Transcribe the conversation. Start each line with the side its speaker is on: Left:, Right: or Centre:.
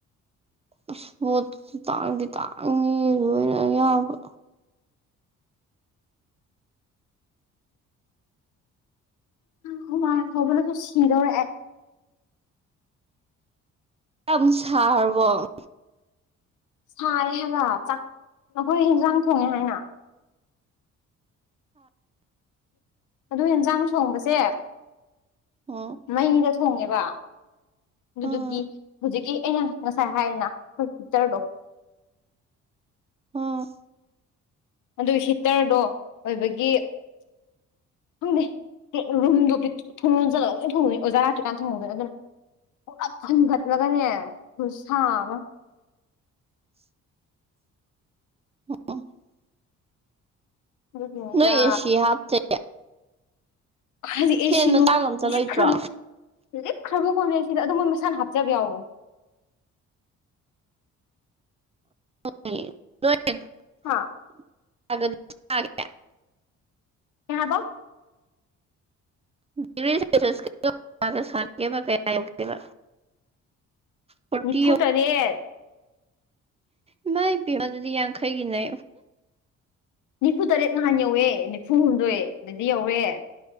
Right: ꯑꯁ ꯄꯣꯠ ꯇꯥꯡꯗꯤ ꯇꯥꯡꯉꯤ ꯂꯣꯏꯅ ꯑꯌꯥꯝꯕ꯫
Left: ꯍꯨꯃꯥꯡ ꯁꯧꯕꯅꯁꯨ ꯁꯤꯗꯧꯔꯦ ꯑꯩ꯫
Right: ꯌꯥꯝ ꯁꯥꯔꯕꯣ?
Left: ꯁꯥꯏ ꯍꯥꯏꯕ ꯆꯥꯛ ꯑꯈꯣꯏ ꯍꯦꯟꯖꯥꯡ ꯊꯣꯡꯉꯦ ꯍꯥꯏꯅ ꯑꯗꯨ ꯍꯤꯟꯖꯥꯡ ꯊꯣꯡꯕꯁꯦ
Right: ꯑ
Left: ꯃꯩꯗ ꯊꯣꯡꯉꯦꯕ ꯑꯗꯨꯗꯨꯒꯤ
Right: ꯎꯝ
Left: ꯍꯧꯖꯤꯛꯀꯤ ꯑꯩꯅ ꯉꯁꯥꯏ ꯍꯥꯏꯅ ꯈꯣꯏ ꯍꯤꯇꯔꯗꯣ
Right: ꯎꯝ
Left: ꯑꯗꯨ ꯍꯤꯇꯔꯗꯣ ꯑꯣꯏꯕꯒꯤ ꯈꯪꯗꯦ ꯔꯨꯝꯗꯣ ꯊꯣꯡ ꯖꯜꯂꯒ ꯂꯣꯏ ꯊꯣꯡꯗꯣꯏꯅꯤ ꯑꯣꯖꯥ ꯂꯥꯇ꯭ꯔꯤꯀꯥꯟ ꯊꯣꯡꯍꯧꯗꯣꯏ ꯑꯗꯨꯅ ꯄꯨꯂꯞ ꯐꯨꯟꯒꯠꯂꯒꯅꯦ ꯈꯨꯠꯁꯥ ꯑꯃ
Right: <inaudible> <unintelligible>
Left: ꯑꯗꯨꯒꯤꯅꯤꯗ
Right: ꯅꯣꯏ ꯑꯦꯁꯤ ꯍꯥꯞꯇꯦ
Left: ꯀꯥꯏꯗꯩ ꯑꯦ
Right: ꯐꯦꯟ
Left: ꯁꯤꯅꯣ
Right: ꯃꯆꯥꯒ ꯑꯝꯇ
Left: ꯂꯤꯛꯈ꯭ꯔꯕ
Right: ꯂꯩꯇ꯭ꯔꯣ
Left: ꯂꯤꯛꯈ꯭ꯔꯕ ꯀꯣꯂꯦꯖ ꯁꯤꯗ ꯑꯗꯨ ꯃꯣꯏ ꯃꯁꯥꯅ ꯍꯥꯞꯆꯕ ꯌꯥꯎꯕꯅꯦ꯫
Right: <unintelligible>
Left: ꯍꯥ ꯀꯩꯍꯥꯕ?
Right: <unintelligible> ꯐꯣꯔꯇꯤ
Left: ꯅꯤꯐꯨꯇꯔꯦꯠ
Right: ꯌꯧ ꯏꯃꯥꯏ ꯄꯦꯝꯃ ꯑꯗꯨꯗꯤ ꯌꯥꯡꯈꯩꯒꯤꯅꯦ꯫
Left: ꯅꯤꯐꯨ ꯇꯔꯦꯠ ꯅꯍꯥꯟ ꯌꯧꯋꯦ ꯅꯤꯐꯨ ꯍꯨꯝꯗꯣꯏ ꯑꯗꯨꯗꯤ ꯌꯧꯋꯦ꯫